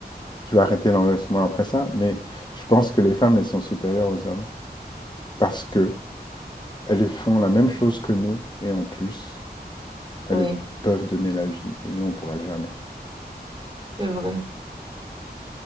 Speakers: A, on the left; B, on the right.
A: je vais arrêter l'enregistrement après ça, mais je pense que les femmes, elles sont supérieures aux hommes parce que Elles font la même chose que nous et en plus, elles
B: oui,
A: peuvent donner la vie et nous, on ne pourra jamais.
B: c'est vrai.